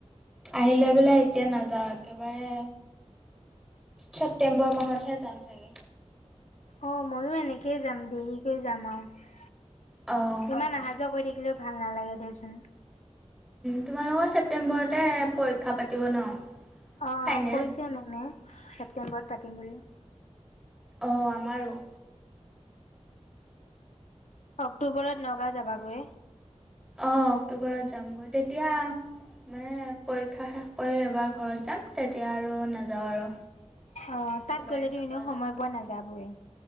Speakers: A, in the centre; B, on the left.
A: আহি লৈ পেলাই এতিয়া নাযাওঁ একেবাৰে ছেপ্টেম্বৰ মাহতহে যাম চাগৈ
B: অঁ ময়ো এনেকৈয় যাম দেৰিকৈ যাম আৰু
A: অঁ
B: ইমান অহা যোৱা কৰি থাকিলেও ভাল নালাগে দেচোন
A: তোমালোকৰ ছেপ্টেম্বৰতে পৰীক্ষা পাতিব ন
B: অঁ
A: ফাইনেল
B: কৈছে মেমে ছেপ্টেম্বৰত পাতিম বুলি
A: অ আমাৰো
B: অক্টোবৰত নগাঁও যাবাগৈ
A: অঁ অক্টোবৰত যামগৈ তেতিয়া মানে পৰীক্ষা শেষ কৰি এবাৰ ঘৰত যাম তেতিয়া আৰু নাযাওঁ আৰু
B: অ
A: একেবাৰে
B: তাত গ'লেতো
A: নগাঁও
B: এনেও সময়
A: যামগৈ
B: পোৱা নাযাবয়ে